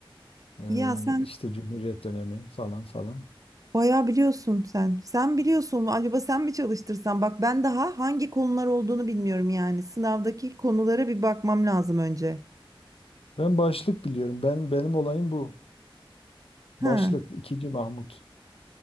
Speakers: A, on the left; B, on the right.
A: ee,
B: Ya sen
A: işte Cumhuriyet dönemi falan falan.
B: Bayağı biliyorsun sen. Sen biliyorsun. Acaba sen mi çalıştırsan? Bak ben daha hangi konular olduğunu bilmiyorum yani. Sınavdaki konulara bir bakmam lazım önce.
A: Ben başlık biliyorum. Ben benim olayım bu.
B: Ha,
A: Başlık ikinci Mahmut.